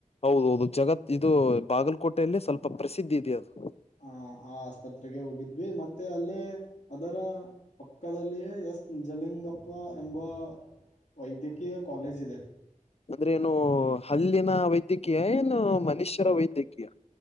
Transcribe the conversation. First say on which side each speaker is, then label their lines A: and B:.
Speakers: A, on the left; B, on the left.
A: ಹೌದ, ಹೌದು ಜಗತ್ ಇದು ಬಾಗಲಕೋಟೆಯಲ್ಲಿ ಸ್ವಲ್ಪ ಪ್ರಸಿದ್ಧಿ ಇದೆ ಅದು.
B: ಆ, ಆ ಆಸ್ಪತ್ರೆಗೆ ಹೋಗಿದ್ವಿ ಮತ್ತೆ ಅಲ್ಲಿ ಅದರ ಪಕ್ಕದಲ್ಲಿಯ 'ಎಸ್ ನಿಜಲಿಂಗಪ್ಪ' ಎಂಬ ವೈದ್ಯಕೀಯ ಕಾಲೇಜ ಇದೆ.
A: ಅಂದ್ರೆ ಏನು ಹಲ್ಲಿನ ವೈದ್ಯಕೀಯ ಏನು ಮನುಷ್ಯರ ವೈದ್ಯಕೀಯ